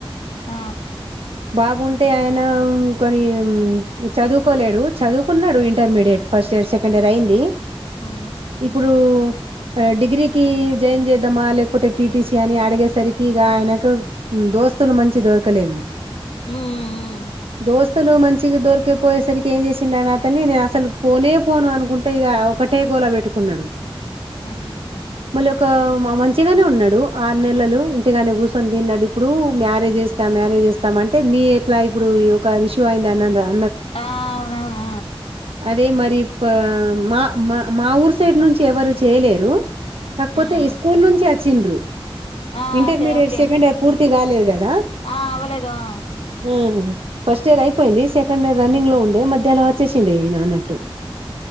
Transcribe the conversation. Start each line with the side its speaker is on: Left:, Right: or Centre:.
Left: ఆ
Right: బాబుంటే ఆయన కొని చదువుకోలేడు చదువుకున్నాడు intermediate first year second year అయింది
Left: హ్మ్
Right: ఇప్పుడు ఆ డిగ్రీకి జాయిన్ చేద్దామా లేకపోతే టీటీసీ అని అడిగేసరికి ఇక ఆయనకు దోస్తులు మంచి దొరకలేదు
Left: హ్మ్ హ్మ్
Right: దోస్త్ అసలు మంచిగా దొరికే పోయేసరికి ఏం చేసిండని అతన్ని నేను అసలు పోనే పోను అనుకుంటే ఇక ఒకటి ఒకటే గోలా పెట్టుకున్నాడు
Left: హ్మ్ హ్మ్. హ్మ్.
Right: మళ్ళ ఒక మా మంచిగానే ఉన్నాడు ఆరు నెలలు ఇంటిగానే కూర్చొని తిన్నాడు ఇప్పుడు మ్యారేజ్ చేస్తా మ్యారేజ్ేస్తా అంటే మీ ఎట్లా ఇప్పుడు ఒక ఇష్యూ అయింది అని రాలే
Left: ఆ అవునావు
Right: అదే మరి ప మా మా మా ఊరు సైడ్ నుంచి ఎవరు చేయలేరు కాకపోతే
Left: హ్మ్
Right: ఈ
Left: హ్మ్.
Right: స్కూల్ నుంచి ఆచ్చిండ్రు
Left: ఆ
Right: intermediate
Left: okay okay
Right: second year పూర్తి కాలేదు కదా
Left: ఆ అవ్వలేదు ఆ
Right: ఆ హా ఫస్ట్ ఇయర్ అయ్యి పోయింది సెకండ్ రన్నింగ్ లో ఉండే మధ్యలా వేసిండే నా అన్నట్టు